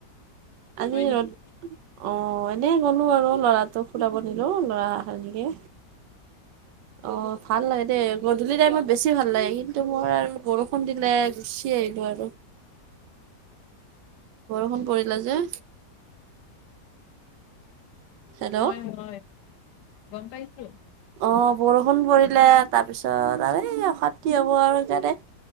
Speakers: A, on the right (about 85°); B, on the left (about 75°).
A: আজি
B: হয় নেকি
A: ৰ'দ, অঁ এনেই গ'লোঁ আৰু ল'ৰাটোক ফুৰাব নিলো ল'ৰা এনেকে। অঁ ভাল লাগে দে। গধূলি টাইমত বেছি ভাল লাগে কিন্তু মই আৰু বৰষুণ দিলে গুচি আহিলোঁ আৰু। বৰষুণ পৰিলা যে। হেল্ল'
B: হয়
A: অঁ।
B: হয় গম পাইছো
A: অঁ বৰষুণ পৰিলে তাৰপিছত আৰু এই অশান্তি হব আৰু সেইকাৰণে।